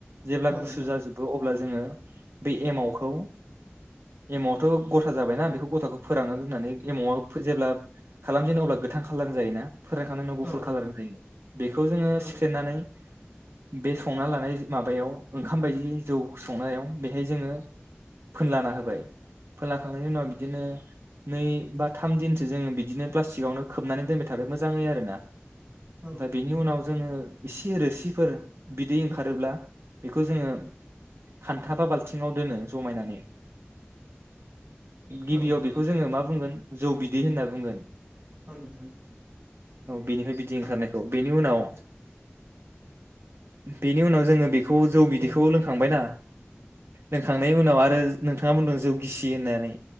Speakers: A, on the right (about 75°); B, on the right (about 35°).
A: जेब्ला
B: औ नोंथां
A: गुसु जाजोबो अ अब्ला जोङो बे एमावखौ एमवथ गथा जाबायना बेखौ गथाखौ फोरानना दोननानै एमावआ जेब्ला खालामजेनो अब्ला गोथां खालार जायोना फोरायखांनायनि उनाव
B: औ
A: गुफुर
B: नोंथां
A: खालार जायो बेखौ जोङो
B: औ
A: सिख्लेनानै बे संना लानाय माबायाव ओंखाम बायदि जौ संनायाव बेहाय जोङो फोनलाना होबाय फोनलाखांनायनि उनाव बिदिनो नै बा थाम दिनसो जोङो बिदिनो प्लास्टिकआवनो खोबनानै दोनबाय थागोन मोजाङै आरो ना
B: औ नोंथां
A: दा बेनि उनाव जोङो इसे रोसिफोर बिदै ओंखारोब्ला बेखौ जोङो खान्था बा बाल्थिङाव दोनो जमायनानै
B: औ
A: गिबियाव
B: नोंथां
A: बेखौ जोङो मा बुंगोन जौ बिदै होनना बुंगोन
B: थ नोंथां
A: बेनिफ्राय बिदै ओंखारनायखौ बेनि उनाव बेनि उनाव जोङो बेखौ जौ बिदैखौ लोंखांबायना लोंखांनायनि उनाव आरो नोंथाङा बुंदों जौ गिसि होननानै